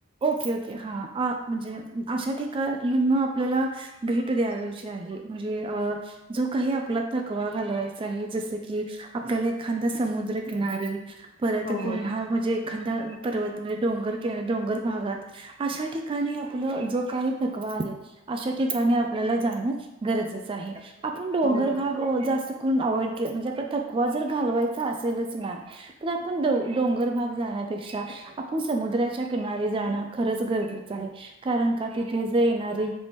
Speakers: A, on the right; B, on the left.
A: ओके ओके हा. अ म्हणजे अशा ठिकाणी आपल्याला भेट द्यावाची आहे म्हणजे अ जो काही आपला थकवा घालवायचा आहे जस की आपल्याला एखादा समुद्रकिनारीे परत
B: हो
A: पुन्हा म्हणजे खांदा पर्वत म्हणजे डोंगर डोंगर भागात अशा ठिकाणी आपलं जो काही प्रकार अश ठिकाणी आपल्याला जाण गरजेचं आहे. आपण डोंगर
B: हो बरोबर
A: भाग जास्त. अवइड म्हणजे थकवा जर घावायचा असेलच मॅम तर आपण डोंगर भाग जाण्यापेक्षा आपण समुद्राच्या किनारी जाणं खरंच गरजेचं आहे. कारण का तिथेच येणारी.